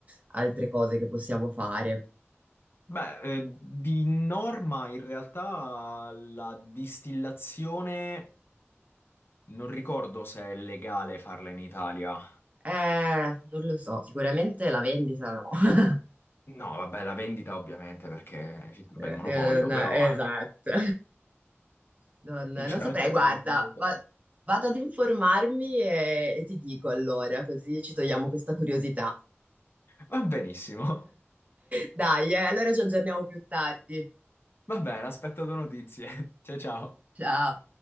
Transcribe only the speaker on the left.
Beh, eh, di norma in realtà la distillazione non ricordo se è legale farla in Italia.
No, vabbè, la vendita ovviamente perché ci sarebbe
il monopolio,
però
<laughs>
sinceramente
non
non lo so.
Va benissimo.
Va bene, aspetto tue notizie. <laughs> Ciao ciao.